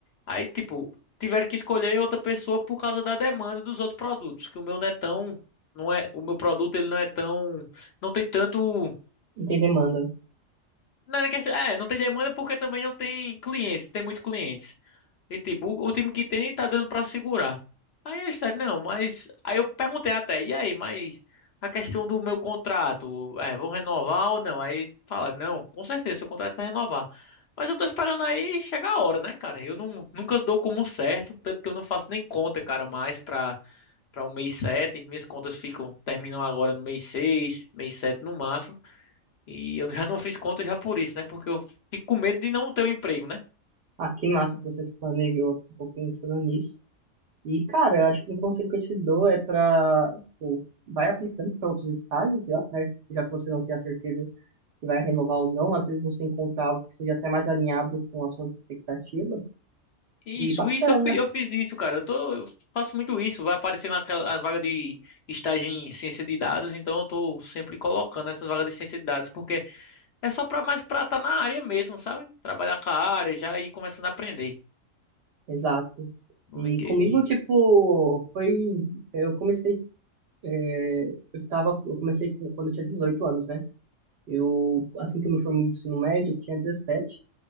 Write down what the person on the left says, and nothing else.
Aí, tipo, tiveram que escolher outra pessoa por causa da demanda dos outros produtos, que o meu não é tão, não é, o meu produto ele não é tão, não tem tanto,
não é, nem questão- é, não tem demanda porque também não tem clientes, não tem muito cliente. E tipo, o, o time que tem tá dando pra segurar. Aí eles disseram, não, mas. Aí eu perguntei até, e aí, mas a questão do meu contrato, é, vão renovar ou não? Aí falaram, não, com certeza, seu contrato vai renovar. Mas eu tô esperando aí chegar a hora, né, cara? Eu não, nunca dou como certo, tanto que eu não faço nem conta, cara, mais pra, pra o mês 7, Minhas contas ficam, terminam agora no mês 6, mês 7 no máximo. E eu já não fiz conta já por isso, né? Porque eu fico com medo de não ter um emprego, né?
Isso,
isso, eu, fui, eu fiz isso, cara. Eu, tô, eu faço muito isso. Vai aparecer naquela a vaga de estágio em ciência de dados, então eu tô sempre colocando essas vagas de ciência de dados, porque é só pra mais pra estar tá na área mesmo, sabe? Trabalhar com a área, já ir começando a aprender
no
LinkedIn.